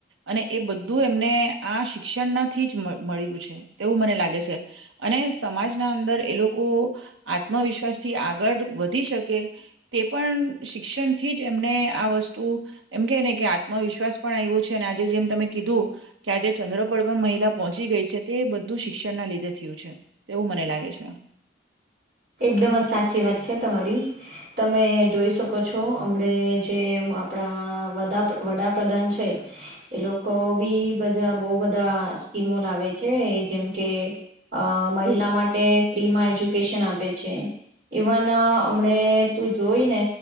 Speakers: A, on the right; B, on the right.
A: અને એ બધું એમને આ શિક્ષણનાથી જ મળ છે તેવું મને લાગે છે અને સમાજના અંદર એ લોકો આત્મવિશ્વાસ થી આગળ વધી શકે તે પણ શિક્ષણ થી જ એને આ વસ્તુ એમ કે ને કે આત્મવિશ્વાસ પણ આવ્યો છે આજે જેમ ત કીધું કે આજે ચંદ્રપળ પણ મહિલા પહોંચી ગઈ છે તે બધું શિક્ષણના લીધે થયું છે તેવું મને લાગે છે
B: એકદમ જ સાચી વાત છે તમારી તમે જોઈ શકો છો હમણા જે આપણા વડાપ્રધાન છે એ લોકો બી બધા બહુ બધા સ્કીમો લાવે છે જેમ કે મહિલા માટે ફ્રીમાં એજ્યુકેશન આપે છે ઈવન હમ તું જોઈ ને